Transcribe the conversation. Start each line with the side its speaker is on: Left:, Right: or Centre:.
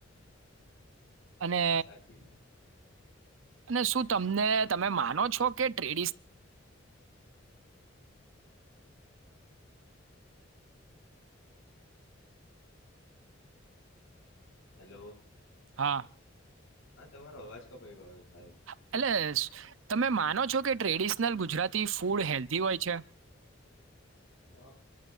Right: અને
Left: સાચી વાત.
Right: અને શું તમને તમે માનો છો કે ટ્રેડિસ
Left: હેલો.
Right: હા.
Left: હન તમારો અવાજ કપાઈ ગયો સાહેબ
Right: એટલે તમે માનો છો કે ટ્રેડિશનલ ગુજરાતી ફૂડ હેલ્ધી હોય છે?
Left: અ